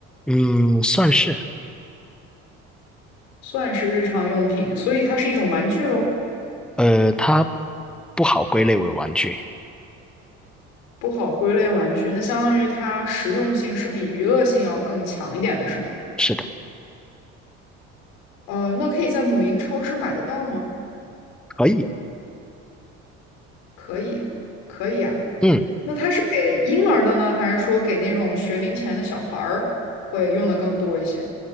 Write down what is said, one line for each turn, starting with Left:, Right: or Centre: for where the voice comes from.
Centre: 嗯，算是，
Left: 算是日常用品，所以它是一种玩具喽，
Centre: 呃，它不好归类为玩具，
Left: 不好归类玩具。那相当于它实用性是比娱乐性要更强一点的是吗？
Centre: 是的，
Left: 呃，那可以在母婴超市买得到吗？
Centre: 可以，
Left: 可以，可以啊。
Centre: 嗯，
Left: 那它是给婴儿的呢，还是说给那种学龄前的小孩儿会用的更多一些？